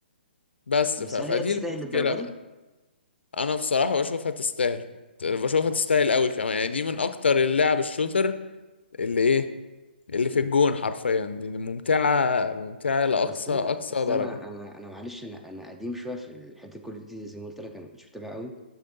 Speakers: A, on the left; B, in the centre.
A: بس
B: بس
A: ف... فدي
B: هل هي تستاهل
A: المشكلة
B: الدرجه
A: بقى
B: دي
A: انا بصراحة بشوفها تستاهل بشوفها تستاهل قوي كمان يعني دي من اكتر اللعب الشوتر اللي ايه اللي في الجون حرفيا دي ممتعة ممتعة لأقصى
B: بس انا
A: أقصى
B: بس
A: درجة
B: انا انا انا معلش انا انا قديم شويه في الحته كل دي زي ما قلت لك انا ما كنتش متابع قوي